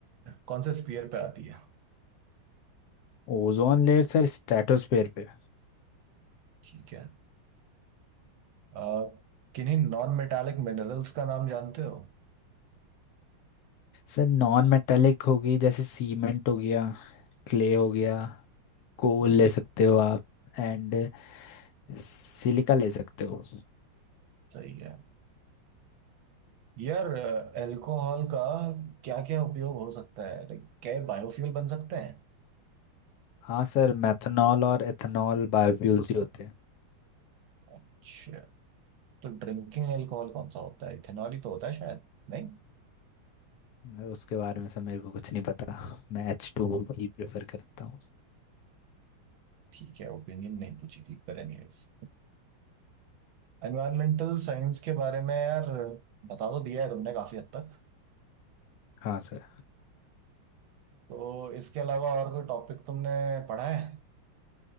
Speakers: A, on the right; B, on the left.
A: कौन से स्फीयर पे आती है
B: ओजोन लेयर सर स्ट्रेटोस्फेयर पे
A: ठीक है अ, किन्हीं नॉन मेटालिक मिनरल्स का नाम जानते हो
B: सर नॉन मेटालिक होगी जैसे सीमेंट हो गया क्ले हो गया कोल
A: हम्म,
B: ले सकते हो आप एंड सिलिका ले सकते हो
A: सही है यार अल्कोहल का क्या क्या उपयोग हो सकता है लाइक क्या बायोफ्यूल बन सकते हैं
B: हाँ सर मेथनॉल और एथनॉल बायोफ्यूल्स ही होते
A: अच्छा तो ड्रिंकिंग अल्कोहल कौन सा होता है इथेनॉल ही तो होता है शायद नहीं
B: हैं उसके बारे में सर मेरे को कुछ नहीं पता मैं एच टू ही प्रेफर करता हूँ
A: ठीक है ओपिनियन नहीं पूछी थी पर एनीवेज एनवायरमेंटल साइंस के बारे में यार बता तो दिया है तुमने काफी हद तक
B: हाँ sir
A: तो इसके अलावा और कोई टॉपिक तुमने पढ़ा है